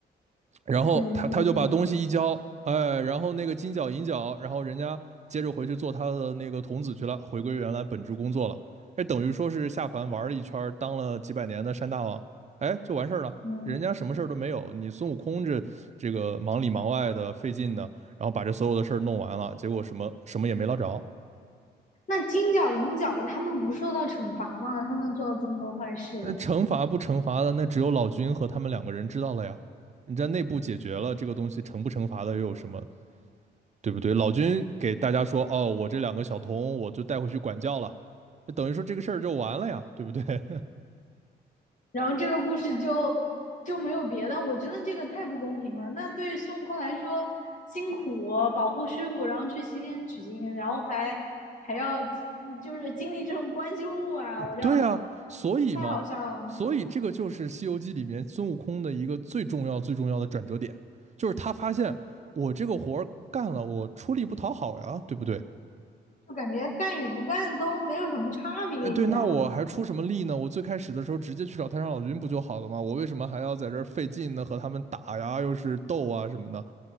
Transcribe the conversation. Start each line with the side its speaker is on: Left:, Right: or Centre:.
Right: 然后他他就把东西一交，
Left: 对对对，
Right: 哎，然后那个金角银角，然后人家接着回去做他的那个童子去了，回归原来本职工作了。哎，等于说是下凡玩了一圈儿当了几百年的山大王，哎，就完事儿了。
Left: 嗯。
Right: 人家什么事儿都没有，你孙悟空这这个忙里忙外的费劲的，然后把这所有的事儿弄完了，结果什么什么也没捞着。
Left: 那金角银角他们不受到惩罚吗？他们做了这么多坏事，
Right: 呃，惩罚不惩罚的，那只有老君和他们两个人知道了呀。你在内部解决了这个东西，惩不惩罚的又有什么，对不对？老君给大家说，哦，我这两个小童，我就带回去管教了，等于说这个事儿就完了呀，对不对？<laughs>
Left: 然后这个故事就就没有别的。我觉得这个太不公平了。那对孙悟空来说，辛苦保护师傅，然后去西天取经，然后还还要嗯就是经历这种关系户啊，我要
Right: 对呀，啊所以嘛，
Left: 太好笑了，
Right: 所以这个就是《西游记》里面孙悟空的一个最重要、最重要的转折点，就是他发现我这个活儿干了，我出力不讨好呀，对不对？
Left: 就感觉干与不干都没有什么差别一样。
Right: 哎，对，那我还出什么力呢？我最开始的时候直接去找太上老君不就好了吗？我为什么还要在这儿费劲呢？和他们打呀，又是斗啊什么的，